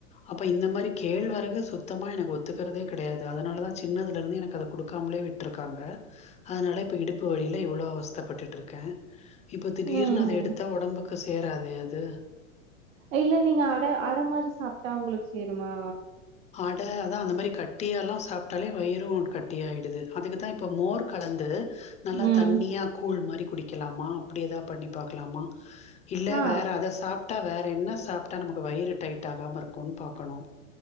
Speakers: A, on the left; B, on the right.
A: அப்ப இந்த மாரி கேழ்வரகு சுத்தமா எனக்கு ஒத்துக்குறதே கடையாது அதனாலதா சின்னதுலருந்து எனக்கு அத குடுக்காமலே விட்ருக்காங்க அதனால இப்ப இடுப் வெயில்ல இவ்ளோ அவஸ்தப்பட்டுட்டு இருக்க இப்ப திடீர்னு
B: ம்
A: அத எடுத்தா ஒடம்புக் க்கு சேராதே அது
B: இல்ல நீங்க அட அட மாரி சாப்ட்டா உங்களுக்கு சேருமா
A: அட அதா அந்த மாரி கட்டியால்லா சாப்ட்டாலே வயிறு கட்டியாய்டுது அதுக்குதா இப்போ மோர் கலந்து நல்லா
B: ம்
A: தண்ணியா கூழ் மாறி குடிக்கெலாமா அப்டி ஏதா பண்ணி பாக்கலாமா இல்ல
B: ஆ
A: வேற அத சாப் சாப்டா வேற என்ன சாப்ட்டா நமக்கு வயிறு டைட் ஆகாம இருக்குன் பாக்கணு